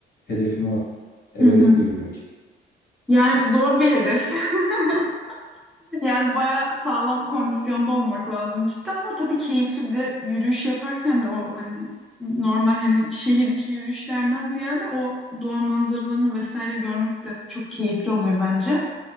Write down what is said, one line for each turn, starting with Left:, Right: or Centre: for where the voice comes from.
Left: hedefim o. Everest'e
Centre: <laughs>
Left: yürümek.
Centre: Yani zor bir hedef. <laughs> Yani bayağı sağlam kondisyonda olmak lazım cidden ama tabii keyifli bir de yürüyüş yaparken de o hani normal hani şehir içi yürüyüşlerden ziyade o doğa manzaralarını vesaire görmek de çok keyifli oluyor bence.